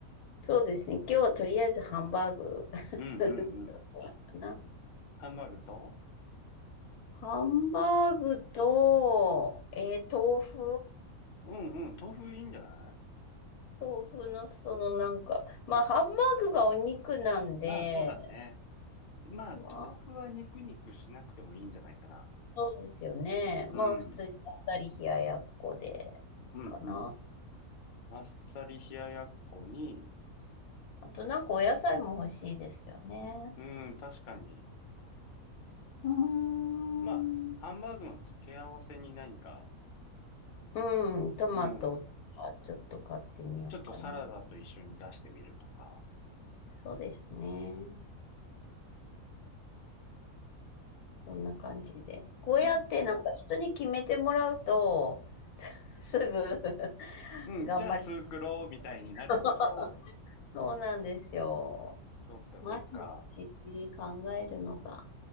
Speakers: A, on the left (about 75°); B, on the left (about 50°).
A: そうですね。今日はとりあえずハンバーグ
B: うんうんうん。
A: <laughs> な。
B: ハンバーグと
A: ハンバーグと、えー豆腐
B: うんうん、豆腐いいんじゃない
A: 豆腐のそのなんか、まあハンバーグがお肉なんで、
B: まあ、そうだね。まあ、
A: まあ
B: 豆腐は肉肉しなくてもいいんじゃないかな。
A: そうですよね。
B: うん。
A: まあ普通にあっさり冷ややっこでいいかな。
B: うんうん。あっさり冷ややっこに、
A: あとなんかお野菜も欲しいですよね。
B: うん、確かに。
A: うーん。
B: まあ、ハンバーグの付け合わせに何か、
A: うん、トマトはちょっと買ってみようかな。
B: うん、ちょっとサラダと一緒に出してみるとか。
A: そうですね。そんな感じで。こうやってなんか人に決めてもらうと、
B: うん。
A: すすぐ <laughs>
B: うん、
A: 頑張る。
B: じゃあ作ろうみたいになるけど、
A: <laughs> そうなんですよ。
B: そっかそっか。
A: 毎日って考えるのが